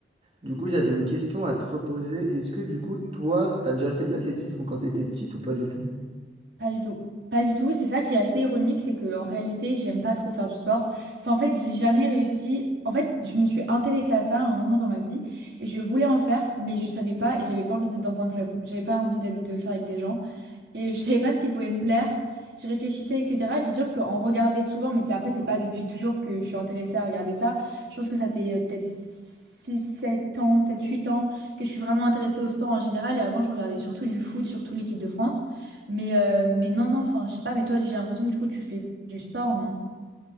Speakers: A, on the right; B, on the right.
A: Du coup, j'avais une question à te reposer. Est-ce que du coup, toi, t'as déjà fait de l'athlétisme quand t'étais petite ou pas du tout?
B: Pas du tout. Pas du tout. C'est ça qui est assez ironique, c'est que en réalité, j'aime pas trop faire du sport. Enfin, en fait, j'ai jamais réussi. En fait, je me suis intéressée à ça à un moment dans ma vie et je voulais en faire, mais je savais pas et j'avais pas envie d'être dans un club. J'avais pas envie d'être de le faire avec des gens et je savais pas ce qui pouvait me plaire. Je réfléchissais, etc. Et c'est sûr qu'en regarder souvent, mais c'est après, c'est pas depuis toujours que je suis intéressée à regarder ça. Je pense que ça fait euh, peut-être 6 7 ans, peut-être 8 ans que je suis vraiment intéressée au sport en général. Et avant, je regardais surtout du foot, surtout l'équipe de France. Mais, euh, mais non, non, enfin, je sais pas, mais toi, j'ai l'impression que du coup, tu fais du sport, non?